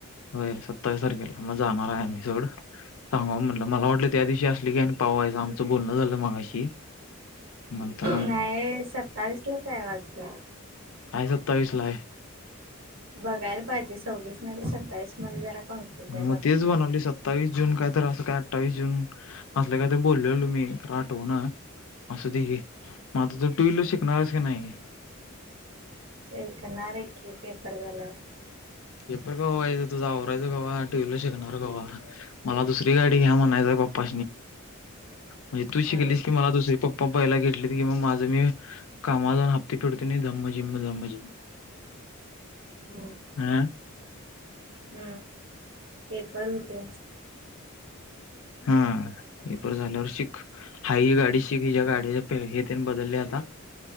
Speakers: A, on the left; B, on the right.
A: होय सत्तावीसारखेला मग जाणार आहे आम्ही सोड सांगा म्हटलं मला वाटलं त्या दिवशी असली की आणि पावा. आमचं बोलण झालं मगाशी. मणताना
B: नाही सत्तावीस लाच आहे वाटतं
A: कायच सतावीसलाय
B: बघायला पाहिजे सव्वीस न तर सत्तावीस मध्ये जरा कन्फ्युज
A: मग
B: आहे बघायला
A: तेच बनवले सत्तावीस जून काय तर अस का अठ्ठावीस जून असल्या कायतरी बोललेल मी आठव ना. असं देे म आता तर टू व्हीलर शिकणारस की नाही
B: शिकणार आहे की पेपर झाल्यावर.
A: हे पेपर ग तूझारायचं कवा टू वहीलर शिकणार कवा मला दुसरी गाडी घ्या म्हणायचं. पप्पा म्हणजे तू शिकलीस
B: हा
A: की मला दुसरी पप्पा प्पपाहिला घेतलेली की मग माझं मी कामा जाऊन हप्ते फिडते नाही ध्म जिम्मधम्म जिम्म
B: हम्म
A: हां
B: हम्म पेपर होऊ दे.
A: हा हे पेपर झाल्यावर शिक हाय ही गाडी शिक, हिच्या गाडीच्या हे तेन बदललय आता